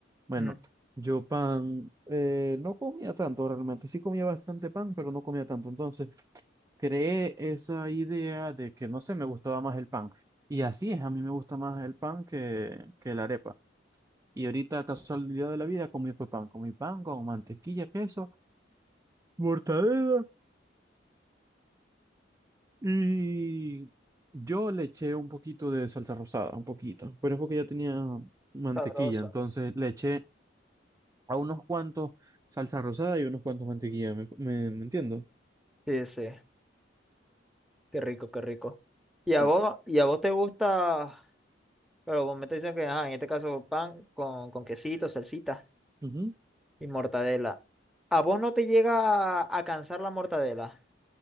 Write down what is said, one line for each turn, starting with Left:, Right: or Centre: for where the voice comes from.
Right: Bueno,
Centre: Mm,
Right: yo pan eh, no comía tanto realmente. Sí comía bastante pan, pero no comía tanto. Entonces creé esa idea de que, no sé, me gustaba más el pan. Y así es, a mí me gusta más el pan que, que la arepa. Y ahorita, casualidad de la vida, comí fue pan. Comí pan con mantequilla, queso, mortadela. Y yo le eché un poquito de salsa rosada, un poquito, pero es porque ya tenía mantequilla,
Centre: sabroso.
Right: entonces le eché a unos cuantos salsa rosada y unos cuantos mantequilla, ¿me, me, me entiendo?
Centre: Sí, sí. Qué rico, qué rico. Y
Right: Sí.
Centre: a vos, y a vos te gusta, pero vos me te dicen que, ajá, en este caso pan con, con quesito, salsita
Right: Ujú.
Centre: y mortadela. ¿A vos no te llega a, a cansar la mortadela?